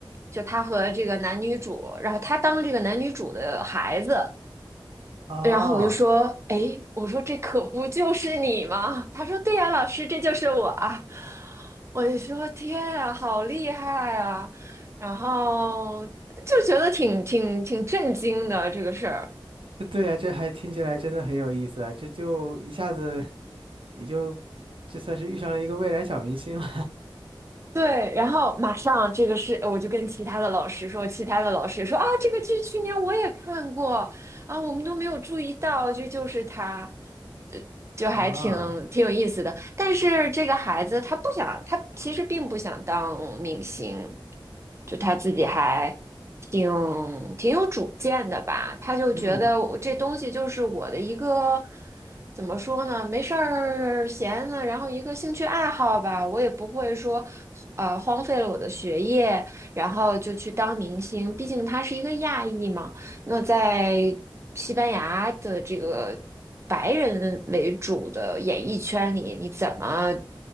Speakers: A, on the right; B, on the right.
A: 就他和这个男女主，然后他当这个男女主的孩子。
B: 哦，
A: 然后我就说，哎，我说这可不就是你吗？他说，对呀，老师，这就是我啊。我就说，天啊，好厉害啊！然后就觉得挺挺挺震惊的这个事儿。
B: 对呀，这还听起来真的很有意思啊，这就一下子你就这算是遇上了一个未来小明星了
A: 对，然后马上这个是，我就跟其他的老师说，其他的老师说啊，这个剧去年我也看过啊，我们都没有注意到，这就是他，就还挺挺有意思的。
B: <laughs> 啊，
A: 但是这个孩子他不想，他其实并不想当明星，就他自己还挺挺有主见的吧，他就觉得我这东西就是我的一个
B: 嗯
A: 怎么说呢，没事儿闲呢，然后一个兴趣爱好吧，我也不会说呃荒废了我的学业，然后就去当明星，毕竟他是一个亚裔嘛，那在西班牙的这个白人为主的演艺圈里，你怎么